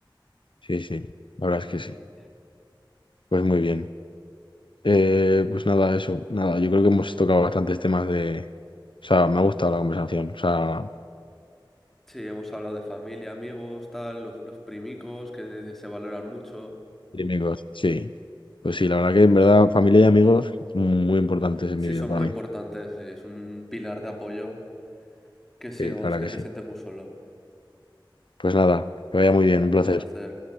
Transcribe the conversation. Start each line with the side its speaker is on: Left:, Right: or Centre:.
Left: sí, sí. La verdad es
Centre: Y
Left: que sí. Pues muy bien. Eh, pues nada, eso, nada. Yo creo que hemos tocado bastantes temas de. O sea, me ha gustado la conversación. O sea,
Centre: sí, hemos hablado de familia, amigos, tal, los, los primicos que se valoran mucho.
Left: amigos. Sí. Pues sí, la verdad que en verdad familia y amigos muy importantes en
Centre: Sí,
Left: mi vida
Centre: son
Left: para
Centre: muy
Left: mí.
Centre: importantes y es un pilar de apoyo que si
Left: Sí,
Centre: no,
Left: la
Centre: es
Left: verdad
Centre: que
Left: que
Centre: te
Left: sí.
Centre: sientes muy solo.
Left: Pues nada, que vaya muy bien, un placer.
Centre: Un placer.